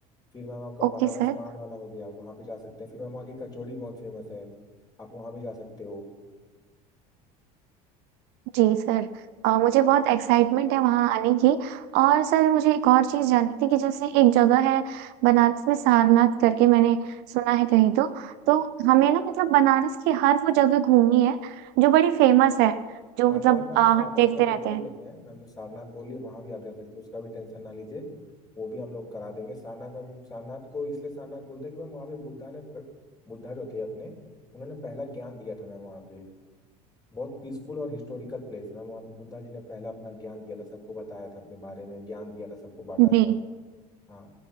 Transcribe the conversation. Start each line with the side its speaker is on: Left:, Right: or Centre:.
Left: फिर मैम आपका
Right: Okay
Left: बनारस
Right: sir
Left: पान वाला हो गया वहाँ पे जा सकते हैं फिर मैम वहाँ की कचौड़ी बहुत फेमस है आप वहाँ भी जा सकते हो
Right: जी सर अ, मुझे बहुत एक्साइटमेंट है वहाँ आने की और सर मुझे एक और चीज़ जाननी थी कि जैसे एक जगह है बनारस में सारनाथ करके मैंने सुना है कहीं तो तो हमें ना मतलब बनारस की हर वो जगह घूमनी है जो बड़ी फेमस है जो
Left: सारनाथ
Right: मतलब
Left: मैम
Right: अ, हम
Left: सारनाथ
Right: देखते
Left: अब जो
Right: रहते
Left: बोल
Right: हैं
Left: रही हैं मैम जो सारनाथ बोली वहां भी आप जा सकती हैं उसका भी टेंशन ना लीजिए वो भी हम लोग करा देंगे सारनाथ मैम सारनाथ को इसलिए सारनाथ बोलते हैं कि मैम वहाँ पे बुद्धा ने प- बुद्धा जो थे अपने उन्होंने पहला ज्ञान दिया था मैम वहाँ पे बहुत पीसफुल और हिस्टोरिकल प्लेस है मैम वहाँ पे बुद्धा जी ने पहला अपना ज्ञान दिया था सबको बताया था अपने बारे में ज्ञान दिया था सबको बांटा
Right: जी
Left: था हाँ